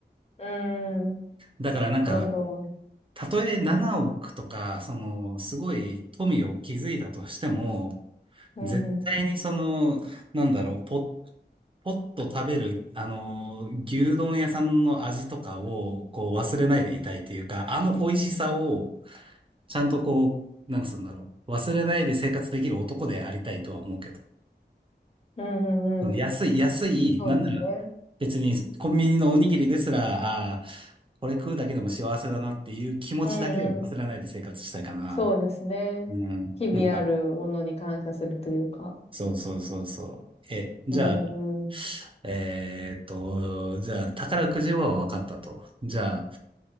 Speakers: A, on the left (about 35°); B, on the right (about 30°).
A: うん。
B: だからなんか、
A: なるほど。
B: たとえ7億とか、その、すごい富を築いたとしても、
A: うんうん。
B: 絶対にその、なんだろう、ポッ、ポッと食べる、あの、牛丼屋さんの味とかを、こう、忘れないでいたいというか、あの美味しさを、ちゃんとこう、なんつうんだろう、忘れないで生活できる男でありたいとは思うけど。
A: うんうんうん。
B: その安い、安い、
A: そうですね。
B: なんなら、別にコンビニのおにぎりですら、ああ、これ食うだけでも幸せだなっていう気持ちだけを忘れないで生活したいかな。
A: うんうんそうですね。
B: うん。
A: 日々あるものに感謝するというか。
B: なんか、そうそうそうそう。え、じゃあ、
A: うん。
B: えーっと、じゃあ、宝くじは分かったと。じゃあ、